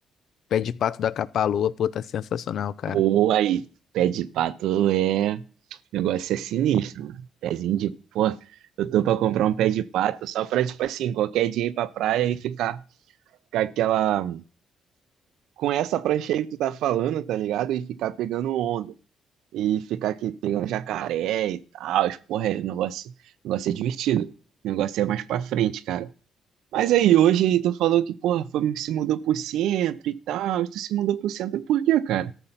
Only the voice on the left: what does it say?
pé de pato da Capa-Lua, pô, tá sensacional, cara.